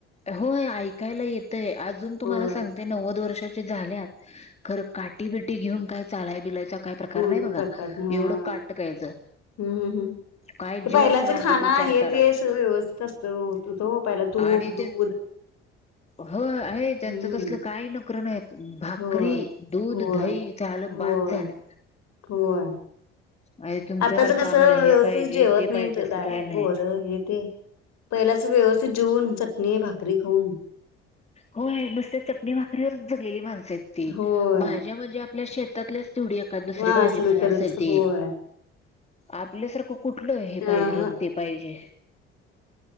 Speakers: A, on the left; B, on the left.
A: होय ऐकायला येतय अजून तुम्हाला
B: होय
A: सांगते नव्वद वर्षाच्या झाल्यात खरं काठी बिठी घेऊन काय चालाय <unintelligible> प्रकार
B: ह्म्म
A: नाही बघा
B: ह प्रकार ह हम्म
A: एवढं काटकायचं
B: हम् हम्म
A: काय
B: ते
A: जीव
B: पहिल्याच
A: असेल अंगात
B: खाणं
A: विचार
B: आहे
A: करा
B: ते असे व्यवस्थित असत ओ प्यायला तूप,
A: आणि
B: दूध
A: हो आहे
B: हम्म
A: त्यांच तसलं काही नखर नाही भाकरी
B: होय
A: दूध,
B: होय
A: दही त्यांना दिला
B: होय
A: बास झालं.
B: होय
A: आणि तुमच्यासारखं
B: आताच कस
A: आम्हाला
B: व्यवस्थित
A: हे पाहिजे
B: जेवत
A: ते
B: नाहीत
A: पाहिजे असं
B: काय
A: नाही
B: पोर हे ते पहिल्याच व्यवस्थित जेऊन- चटणी भाकरी खाऊन-
A: होय नुसत चटणी भाकरीवरच जगलेली माझ-
B: होय
A: भाज्या म्हणजे आपल्या शेतातल्याच तोडील एका दुसरी
B: वा
A: भाजी
B: असलं
A: काय
B: तरच
A: असेल ती
B: होय
A: आपल्यासारखं कुठ- कुठल हे पाहिजेल
B: अ ह
A: अन् ते पाहिजे